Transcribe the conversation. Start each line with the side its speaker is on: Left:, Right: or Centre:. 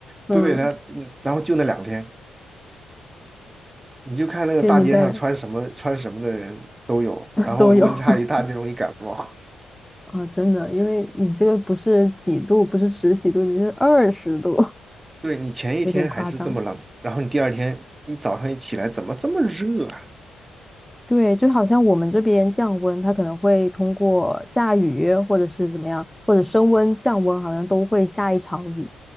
Centre: 嗯，
Right: 对他，嗯然后就那两天，你就看那个大街上穿什么穿什么的人都有，
Centre: 给你带来 <laughs>
Right: 然后温差一大就容易感冒。
Centre: 都有 <laughs> 啊，真的，因为你这个不是几度，不是十几度，你是二十度，
Right: 对你前一天还是这么冷，
Centre: <laughs> 有点夸张。
Right: 然后你第二天一早上一起来，怎么这么热啊？
Centre: 对，就好像我们这边降温，它可能会通过下雨或者是怎么样，或者升温、降温，好像都会下一场雨。